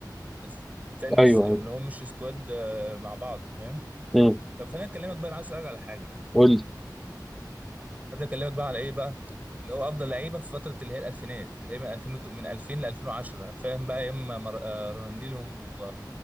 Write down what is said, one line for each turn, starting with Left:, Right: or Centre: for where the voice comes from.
Right: فتلاقي نفس
Centre: ايوه
Right: ان هو مش سكواد آه، مع بعض فاهم
Centre: مم.
Right: طب خليني اكلمك بقى انا عايز اسالك على حاجه
Centre: قول لي
Right: عايز اكلمك بقى على ايه بقى اللي هو افضل لعيبه في فتره اللي هي الالفينات اللي هي من 2000 وت- من 2000 ل 2010 فاهم بقى يا اما مر... آه، رونالدينهم و...